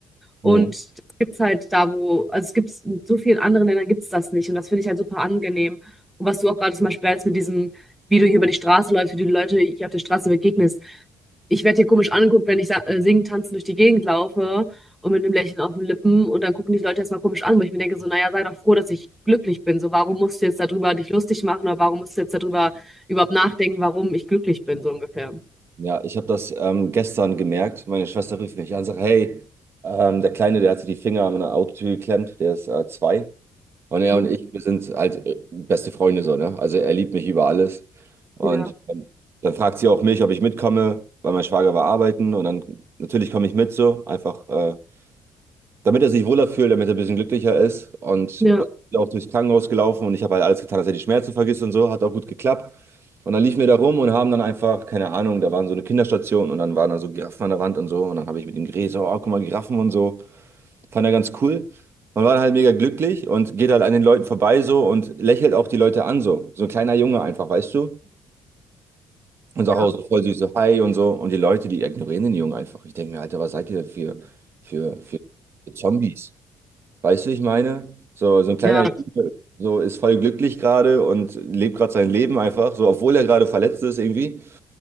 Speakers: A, in the centre; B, on the right.
A: Und
B: Mhm.
A: das gibt es halt da, wo, also es gibt es in so vielen anderen Ländern gibt es das nicht. Und das finde ich halt super angenehm. Und was du auch gerade zum Beispiel jetzt mit diesem, wie du hier über die Straße läufst, wie du die Leute hier auf der Straße begegnest. Ich werde hier komisch angeguckt, wenn ich sa- äh, singen, tanzen durch die Gegend laufe und mit einem Lächeln auf den Lippen. Und dann gucken die Leute erstmal komisch an, wo ich mir denke, so, naja, sei doch froh, dass ich glücklich bin. So, warum musst du jetzt darüber dich lustig machen oder warum musst du jetzt darüber überhaupt nachdenken, warum ich glücklich bin, so ungefähr.
B: Ja, ich habe das ähm, gestern gemerkt. Meine Schwester rief mich an und sagt, hey, ähm, der Kleine, der hat sich die Finger an meiner Autotür geklemmt, der ist äh, zwei. Und er
A: Hm?
B: und ich, wir sind halt äh, beste Freunde so, ne? Also er liebt mich über alles. Und
A: Ja,
B: ähm, dann fragt sie auch mich, ob ich mitkomme, weil mein Schwager war arbeiten. Und dann natürlich komme ich mit so, einfach, äh, damit er sich wohler fühlt, damit er ein bisschen glücklicher ist. Und
A: ja,
B: dann bin ich auch durchs Krankenhaus gelaufen und ich habe halt alles getan, dass er die Schmerzen vergisst und so. Hat auch gut geklappt. Und dann liefen wir da rum und haben dann einfach, keine Ahnung, da waren so eine Kinderstation und dann waren da so Giraffen an der Wand und so. Und dann habe ich mit ihm geredet, so, oh, guck mal, Giraffen und so. Fand er ganz cool. Man war halt mega glücklich und geht halt an den Leuten vorbei so und lächelt auch die Leute an so. So ein kleiner Junge einfach, weißt du? Und sagt
A: ja,
B: auch so voll süß so Hi und so. Und die Leute, die ignorieren den Jungen einfach. Ich denke mir, Alter, was seid ihr für, für, für, für Zombies? Weißt du, wie ich meine? So, so ein kleiner
A: ja,
B: Junge so ist voll glücklich gerade und lebt gerade sein Leben einfach, so obwohl er gerade verletzt ist irgendwie.